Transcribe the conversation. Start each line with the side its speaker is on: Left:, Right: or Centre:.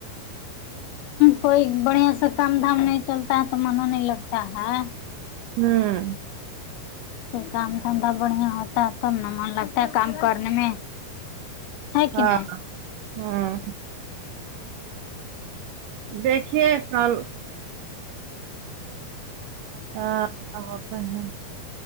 Left: کوئی بڑھیا سے کام دھام نہیں چلتا ہے تو من نہیں لگتا ہے
Right: ہمم
Left: کوئی کام دھندا بڑھیا ہوتا ہے تب نہ من لگتا ہے کام کرنے میں ہے
Right: ہاں
Left: کہ نہیں
Right: ہوں دیکھیے کل ہاں وہ تو ہے